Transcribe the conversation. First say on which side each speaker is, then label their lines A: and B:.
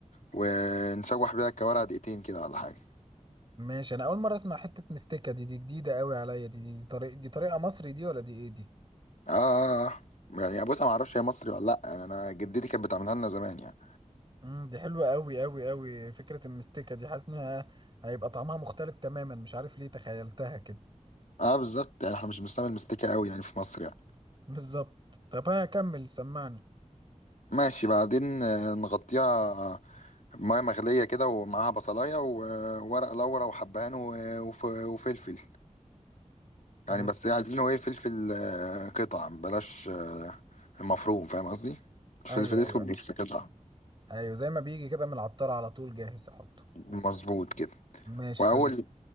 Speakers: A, on the left; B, on the right.
A: ونشوح بيها الكوارع دقيقتين كده ولا حاجه
B: ماشي انا اول مره اسمع حته مستكه دي دي جديده قوي عليا دي دي, دي طريقه دي طريقه مصري دي ولا دي ايه دي
A: اه آه، آه. يعني بص انا ما اعرفش هي مصري ولا لا يعني انا جدتي كانت بتعملها لنا زمان يعني
B: امم دي حلوه قوي قوي قوي فكره المستكه دي حاسس انها هيبقى طعمها مختلف تماما مش عارف ليه تخيلتها كده
A: اه بالظبط يعني احنا مش بنستعمل مستكة قوي يعني في مصر يعني
B: <laughs> بالظبط طب ها كمل سمعني
A: ماشي بعدين آه، نغطيها ميه مغليه كده ومعاها بصلايه وورق لورا وحبهان و- وف- وفلفل
B: ايوه
A: يعني بس عايزينه ايه فلفل آه، قطع بلاش آه، المفروم فاهم قصدي الفلفل
B: ايوه
A: الاسود
B: ايوه
A: بس قطع
B: ايوه زي ما بيجي كده من العطار على طول جاهز احطه
A: مظبوط كده
B: ماشي
A: واول
B: سهل